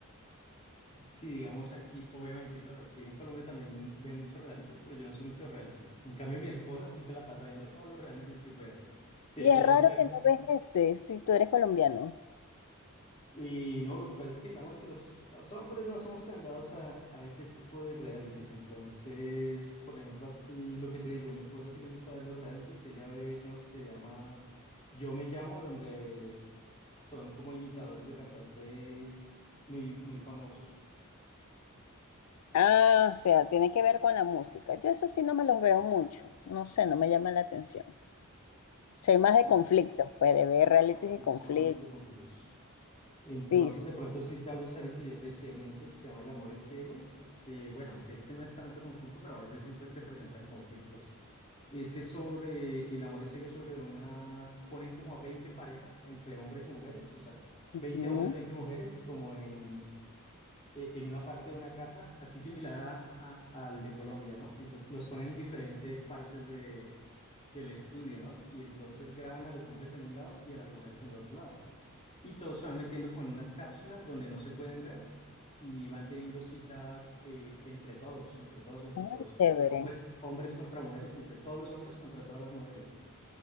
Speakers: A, on the left; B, on the left.
A: Sí, digamos aquí, obviamente, claro, aquí en Colombia también ve muchos realities, pero yo no soy mucho de realities. En cambio, mi esposa sí se la pasa viendo todos los realities que pueda. De
B: Y
A: hecho,
B: es
A: ya
B: raro
A: fue la
B: que
A: que,
B: no ves ese si tú eres colombiano.
A: Y no, lo que pasa es que, digamos, los, los hombres no somos tan dados a, a ese tipo de realities. Entonces, por ejemplo, aquí lo que te digo, mi esposa sí le gusta ver los realities. Ella ve es uno que se llama Yo me llamo, donde son como imitadores de cantantes muy, muy famosos.
B: Ah, o sea, tiene que ver con la música. Yo eso sí no me los veo mucho. No sé, no me llama la atención. Soy más de
A: Sí.
B: conflictos, pues de ver realities
A: Ah, te
B: de
A: gustan
B: conflictos.
A: más los de conflictos. Entonces,
B: Sí, sí,
A: de pronto
B: sí.
A: sí te va a gustar el que yo te decía al inicio, que se llama El amor es ciego. porque, eh, bueno, aunque este no es tanto conflicto, pero a veces sí pues, se presentan conflictos. Ese es sobre el amor es ciego, es sobre una. Ponen como a 20 parejas entre hombres y mujeres, o sea,
B: Ujú.
A: 20 hombres, 20 mujeres, como en, e- en una parte de una casa, así similar a, a- al de Colombia, ¿no? Entonces los ponen en diferentes partes de, del estudio, ¿no? Y entonces graban a los hombres en un lado y a las mujeres en el otro lado. Y todos se van metiendo como en unas cápsulas donde no se pueden ver y van teniendo citas eh, entre todos, entre todos, entre
B: Ah,
A: todos.
B: chévere.
A: Hombre- hombres contra mujeres, entre todos los hombres contra todas las mujeres.